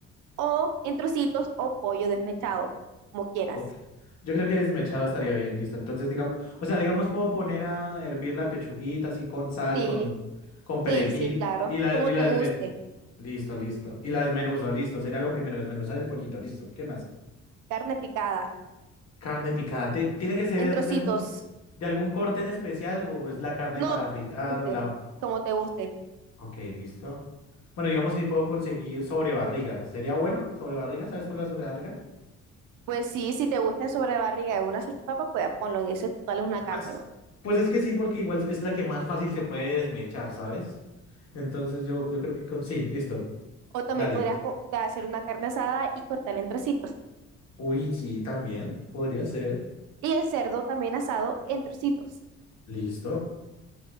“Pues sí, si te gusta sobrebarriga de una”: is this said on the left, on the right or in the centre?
Right